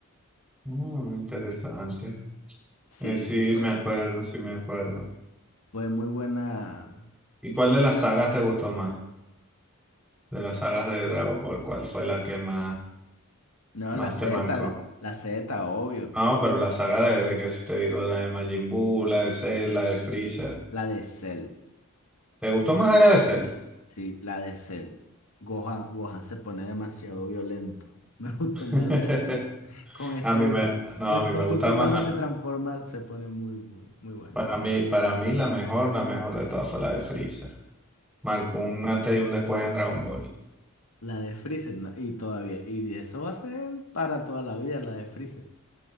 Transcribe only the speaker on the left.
Sí,
sí, fue,
fue,
fue muy buena.
No,
la Z,
la, la Z, obvio.
Yo-
la de Cell.
Sí, la de Cell. Gohan, Gohan se pone demasiado violento. <laughs> Me gustó
más la de Cell. Con ese
grito,
con
ese
grito
cuando
se transforma, se pone muy, muy, muy bueno.
La de Freezer, ¿no? Y todavía, y eso va a ser para toda la vida, la de Freezer.